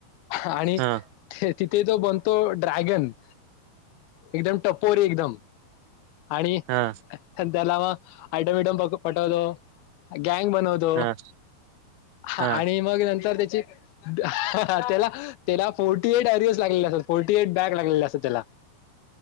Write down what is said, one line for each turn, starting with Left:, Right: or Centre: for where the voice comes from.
Left: आणि
Right: हा
Left: ते ति- ते तो बनतो ड्रॅगन. एकदम टपोरी एकदम. आणि
Right: हा
Left: त्याला मग, आयटम विटम पटवतो. गॅंग बनवतो
Right: हा
Left: आणि
Right: हा
Left: मग नंतर त्या- त्याला त्याला फोर्टी एट बॅग लागलेले असतात. फोर्टी एट बॅग लागलेले असतात त्याला.